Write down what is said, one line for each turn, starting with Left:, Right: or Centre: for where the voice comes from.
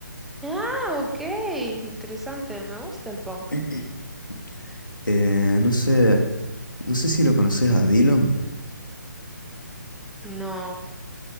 Centre: Ah, ok, interesante, me gusta el punk.
Left: <clears throat> Eh, no sé, no sé si lo conoces a Dillom.
Centre: No,